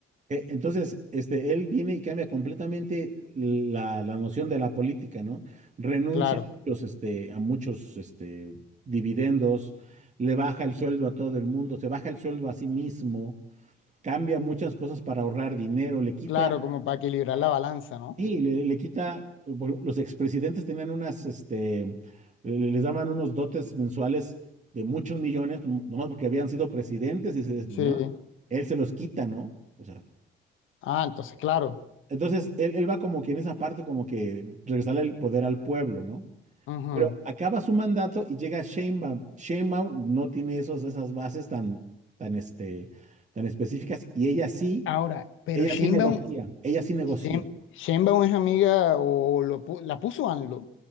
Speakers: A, on the right; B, on the left.
A: E- Entonces, este, él viene y cambia completamente la, la noción de la política, ¿no? Renuncia
B: claro,
A: a muchos, este, a muchos, este, dividendos, le baja el sueldo a todo el mundo, se baja el sueldo a sí mismo cambia muchas cosas para ahorrar dinero, le quita,
B: claro, como para equilibrar la balanza, ¿no?
A: sí, le, le quita, por- los expresidentes tenían unas, este, le- les daban unos dotes mensuales de muchos millones, mm, nomás porque habían sido presidentes y se, ¿no?
B: Sí.
A: Él se los quita, ¿no? O sea,
B: Ah, entonces, claro.
A: entonces él, él va como que en esa parte, como que regresarle el poder al pueblo, ¿no?
B: Ajá.
A: Pero acaba su mandato y llega Sheinbaum. Sheinbaum no tiene esos, esas bases tan, tan, este, tan específicas y ella sí,
B: Ahora, pero
A: ella
B: Sheinbaum,
A: sí negocia, ella sí negocia.
B: Shein- Sheinbaum es amiga o lo, pu- la puso AMLO.